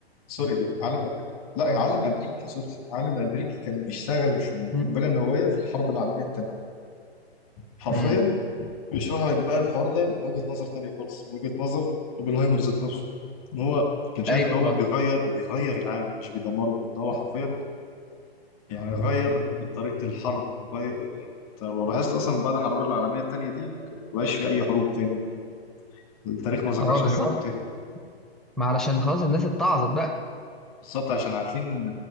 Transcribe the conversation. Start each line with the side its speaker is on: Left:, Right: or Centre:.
Left: سوري عالم الماني لا عالم امريكي سوري عالم امريكي كان بيشتغل في القنبله
Centre: امم
Left: النوويه في الحرب العالميه الثانيه حرفيا
Centre: أمم.
Left: بيشرح لك بقى الحوار ده من وجهه نظر ثانيه خالص من وجهه نظر اوبنهايمر ذات نفسه ان هو كان شايف
Centre: ايوه
Left: ان هو
Centre: اه
Left: بيغير بيغير العالم مش بيدمره ده هو حرفيا يعني غير طريقه الحرب وغير يعني أنت لو لاحظت اصلا بعد الحرب العالميه الثانيه دي ما كان- ما بقاش في اي حروب تاني التاريخ ما ذكرش
Centre: اه بالظبط
Left: اي حروب تاني
Centre: ما علشان خلاص الناس اتعظت بقى
Left: بالظبط عشان عارفين